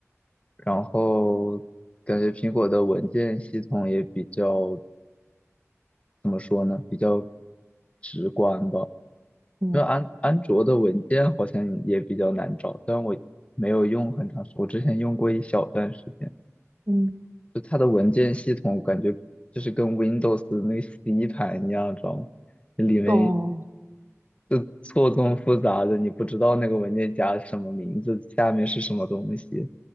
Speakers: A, on the left (about 25°); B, on the right (about 50°).
A: 然后感觉苹果的文件系统也比较，怎么说呢，比较直观吧。
B: 嗯。
A: 因为安安卓的文件好像也比较难找，虽然我没有用很长时间，我之前用过一小段时间，
B: 嗯，
A: 就它的文件系统感觉就是跟 Windows 那个 C 盘一样，知道吗？里面
B: 懂。
A: 就错综复杂的，你不知道那个文件夹是什么名字，下面是什么东西。